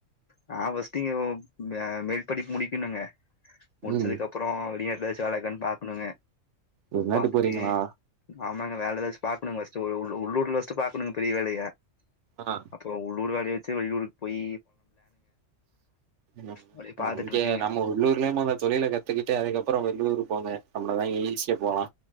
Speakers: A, on the left (about 70°); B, on the right (about 70°).
A: நா ஃபர்ஸ்ட்டு இங்க மே மேல் படிப்பு முடிக்கனுங்க முடிச்சதுக்கப்பறோ
B: ம்
A: வெளிய எதாச்சு வேலக்கான் பாக்கணுங்க
B: வெளிநாட்டு
A: பாத்துட்டு
B: போறீங்களா
A: ஆமாங்க வேல எதாச்சு பாக்கணுங்க ஃபர்ஸ்ட்டு உ உ உள்ளூர்ல ஃபர்ஸ்ட்டு பாக்கணுங்க பெரிய வேலயா
B: ஆ
A: அப்றோ உள்ளூர் காலி ஆயிர்ச்சு வெளியூருக்கு போயி
B: நம்ம
A: அப்டியே பாத்துட்டு
B: இங்க
A: இருக்கேங்க
B: நம்ம உள்ளூர்லே மொத தொழில க த்துகிட்டு அதுகப்றோ வெள்ளூர் போங்க நம்ளதா ஈசியா போலா